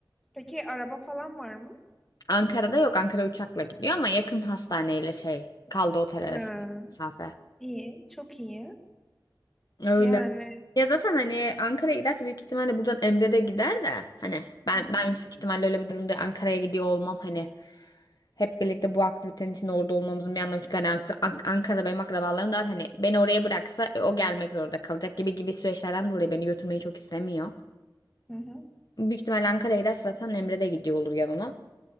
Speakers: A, in the centre; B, on the left.
A: Peki araba falan var mı?
B: Ankara'da yok. Ankara uçakla gidiyor ama yakın hastaneyle şey kaldığı otel arasında
A: Ha,
B: mesafe.
A: iyi, çok iyi.
B: Öyle.
A: Yani
B: Ya zaten hani Ankara'ya giderse büyük ihtimalle buradan Emre de gider de hani ben
A: hı
B: ben
A: hı,
B: yüksek ihtimalle öyle bir durumda Ankara'ya gidiyor olmam hani hep birlikte bu aktivitenin içinde orada olmamızın bir anlamı çünkü hani Ank- Ank- Ankara'da benim akrabalarım da var hani beni oraya bıraksa e, o gelmek zorunda kalacak gibi gibi süreçlerden dolayı beni götürmeyi çok istemiyor.
A: hı hı.
B: Büyük ihtimalle Ankara'ya giderse zaten Emre de gidiyor olur yanına.